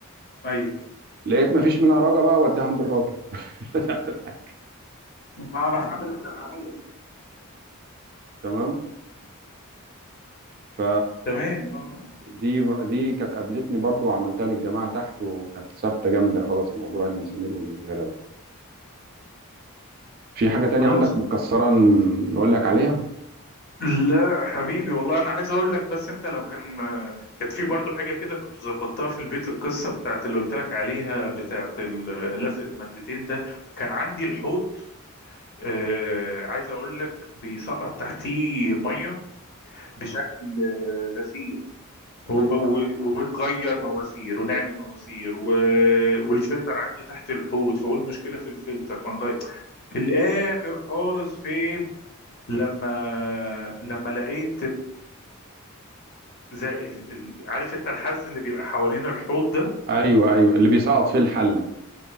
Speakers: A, on the left (about 45°); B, on the right (about 45°).
A: ايوه
B: لقيت مفيش منها رجا بقى وديها عند الراجل <laughs>
A: انا هعمل اللي عليا
B: تمام ف
A: تمام آه.
B: دي دي كانت قابلتني برضو وعملتها للجماعة تحت وكانت ثابتة جامدة خلاص موضوع المسامير والغيره ده في حاجة تانية
A: خلاص
B: عندك متكسرة ن- نقول لك عليها
A: لا حبيبي والله انا عايز اقول لك بس انت لو كان كانت في برضه حاجه كده كنت ظبطتها في البيت القصه بتاعت اللي قلت لك عليها بتاعت ال- لزق المادتين ده كان عندي الحوض آه، عايز اقول لك بيسقط تحتيه ميه بشكل آه، غزير وب- و- ونغير مواسير ونعمل مواسير و... والفلتر عندي تحت الحوض فاقول مشكله في الفلتر فنغير في الاخر خالص فين لما لما لقيت زي ال... ال... عارف انت الحز اللي بيبقى حوالين الحوض ده
B: ايوه ايوه اللي بيسقط فيه الحلة